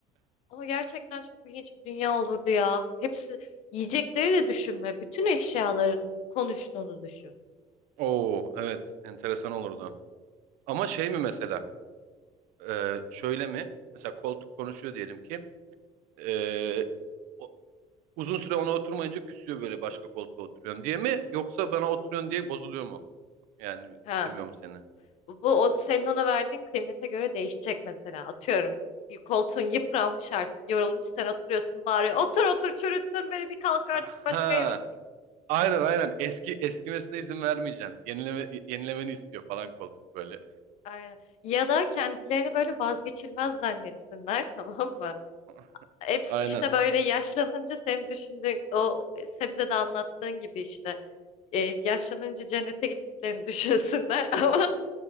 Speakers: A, on the left; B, on the right.
A: Ama gerçekten çok ilginç bir dünya olurdu ya. Hepsi yiyecekleri de düşünme. Bütün eşyaların konuştuğunu düşün.
B: Oo evet enteresan olurdu. Ama şey mi mesela e, şöyle mi? Mesela koltuk konuşuyor diyelim ki e, o- uzun süre ona oturmayınca küsüyor böyle başka koltuğa oturuyorsun diye mi? Yoksa bana oturuyorsun diye bozuluyor mu? Yani
A: Ha.
B: istemiyor mu seni?
A: Bu o, senin ona verdiğin kıymete göre değişecek mesela. Atıyorum bir koltuğun yıpranmış artık. Yorulmuş sen oturuyorsun bağırıyor. Otur otur çürüttün beni bir kalk
B: Ha
A: artık başka yere otur.
B: Aynen aynen. Eski eskimesine izin vermeyeceksin. Yenileme, yenilemeni istiyor falan koltuk böyle.
A: Aynen. Ya da kendilerini böyle vazgeçilmez zannetsinler <laughs> tamam mı?
B: <laughs>
A: Hepsi
B: Aynen.
A: işte böyle yaşlanınca senin düşündüğün o sebzede anlattığın gibi işte e, yaşlanınca cennete gittiklerini düşünsünler <laughs> ama